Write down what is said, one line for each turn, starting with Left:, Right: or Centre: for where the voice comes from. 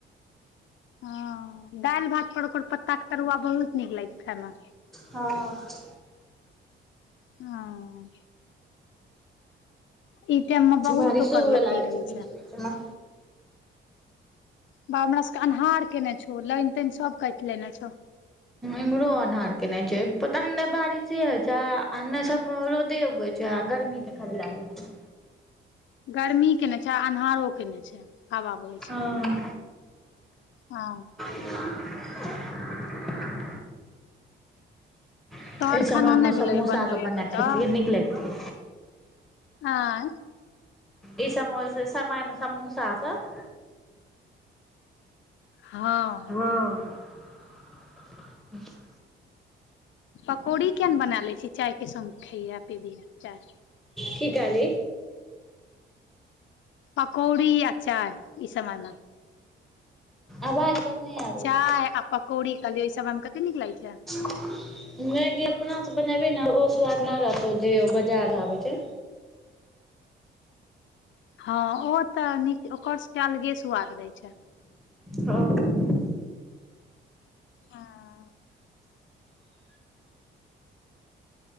Left: हा दाइल-भात पर ओकर पत्ता के तरुआ बहुत नीक लाग खै मऽ
Centre: ह
Left: ह ई टाइम मे बहुत
Centre: बारिशो
Left: ओकर
Centre: हुए
Left: लत्ती
Centre: लागै
Left: रहै
Centre: बीच
Left: छै।
Centre: बीच मे
Left: बा हमरा सब के अन्हार केने छौ लाइन-ताइन सब काइट लेने छौ
Centre: इम्हरो अन्हार केने छै पता ने बारिशे होय छै आ ने सब मे रोदे उगे छै आ गर्मी तखन लैगै छै।
Left: गर्मी केने छै अन्हारो केने छै हबा बहय छै।
Centre: हँ
Left: ह
Centre: <unintelligible> एहि
Left: तऽ आर
Centre: समय
Left: खाना
Centre: मे
Left: ने
Centre: समोसा
Left: भेले बनलय
Centre: सब बना
Left: एखन
Centre: के
Left: तक
Centre: खेतियै नीक लगितियै
Left: आय
Centre: ई समोय समय मे समोसा सब
Left: ह
Centre: <unintelligible> <inaudible>
Left: पकौड़ी किये ने बना ले छी चाय के संग खैयहै पिबीहे चाय
Centre: की कहल ही।
Left: पकौड़ी आ चाय ई समय में
Centre: आवाज। तोहर नई आबै
Left: चाय
Centre: छौ।
Left: आ पकौड़ी कहलियौ ई समय मे कते नीक लागै छै
Centre: नहि गे अपना सँ बनेबहि न ओ स्वाद नहि रहतौ जे बजार आबै छै।
Left: हँ ओ तऽ नीक ओकर स के अलगे सुआद रहै छै।
Centre: हँ
Left: हँ।